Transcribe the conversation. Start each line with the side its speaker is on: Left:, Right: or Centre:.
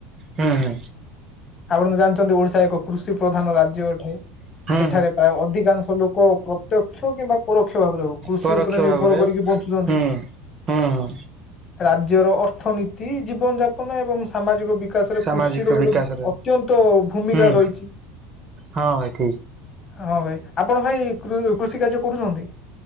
Right: ହୁଁ ହୁଁ
Left: ଆପଣ ତ ଜାଣିଛନ୍ତି ଓଡିଶା ଏକ କୃଷି ପ୍ରଧାନ ରାଜ୍ୟ ଅଟେ।
Right: ହଁ
Left: ଏଠାରେ ପ୍ରାୟ ଅଧିକାଂଶ ଲୋକ ପ୍ରତ୍ୟକ୍ଷ କିମ୍ବା ପରୋକ୍ଷ ଭାବରେ ହଉ କୃଷି
Right: ପରୋକ୍ଷ
Left: ଉପରେ
Right: ଭାବରେ
Left: ନିର୍ଭର କରିକି ବଞ୍ଚୁଛନ୍ତି।
Right: ହୁଁ ହୁଁ ହୁଁ।
Left: ରାଜ୍ୟର ଅର୍ଥନୀତି, ଜୀବନ ଯାପନ ଏବଂ ସାମାଜିକ ବି ବିକାଶରେ
Right: ସାମାଜିକ
Left: କୃଷିର ଗୋଟେ
Right: ବିକାଶରେ
Left: ଅତ୍ୟନ୍ତ ଭୂମିକା
Right: ହୁଁ
Left: ରହିଛି।
Right: ହଁ ଭାଇ ଠିକ
Left: ହଁ ଭାଇ, ଆପଣ ଭାଇ କୃ-କୃଷି କାର୍ଯ୍ୟ କରୁଛନ୍ତି?